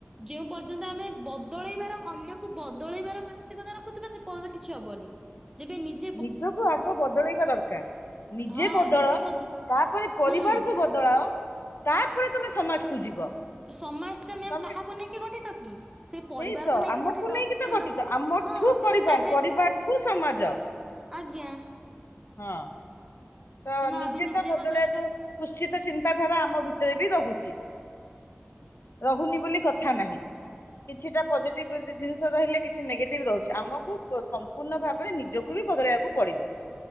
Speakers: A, on the right; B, on the left.
A: ଯେଉ ପର୍ଯ୍ୟନ୍ତ ଆମେ ବଦଳେଇବାର ଅନ୍ୟକୁ ବଦଳେଇବାର ମାନସିକତା ରଖୁଥିବା ସେ ପର୍ଯ୍ୟନ୍ତ କିଛି ହବନି। ଯେବେ ନିଜ
B: ନିଜକୁ ଆଗ ବଦଳେଇବା ଦରକାର। ନିଜେ
A: ହଁ
B: ବଦଳ
A: ନିଜେ ବଦ
B: ତାପରେ ପରିବାରକୁ
A: ହୁଁ
B: ବଦ ଦଳାଅ ତାପରେ ତମେ ସମାଜକୁ ଯିବ।
A: ସମାଜ ତ ମ୍ୟାମ
B: ତମେ
A: କାହାକୁ ନେଇକି ଗଠିତ କି? ସେ ପରିବାରକୁ
B: ସେଇ ତ
A: ନେଇକି
B: ଆମକୁ
A: ଗଠିତ।
B: ତ
A: ସେ
B: ଗଠିତ
A: ଲୋ
B: ଆମଠୁ
A: ହଁ ତେଣୁ
B: ପରିବାର
A: ଆମେ
B: ପରିବାରଠୁ ସମାଜ
A: ଆଜ୍ଞା।
B: ହଁ। ତ
A: ତେଣୁ
B: ନିଜେ
A: ଆମେ
B: ତ ବଦଳେଇବାକୁ
A: ବଦଳିଲେ
B: କୁଶ୍ଚିତ ଚିନ୍ତାଧାରା ଆମ ଭିତରେ ବି ରହୁଛି। ରହୁନି ବୋଲି କଥା ନାହିଁ। କିଛିଟା ପଜିଟିଭ ଜିନିଷ ରହିଲେ। କିଛି ନେଗେଟିଭ ରହୁଛି। ଆମକୁ ସମ୍ପୂର୍ଣ୍ଣ ଭାବରେ ନିଜକୁ ବି ବଦଳେଇବାକୁ ପଡିବ।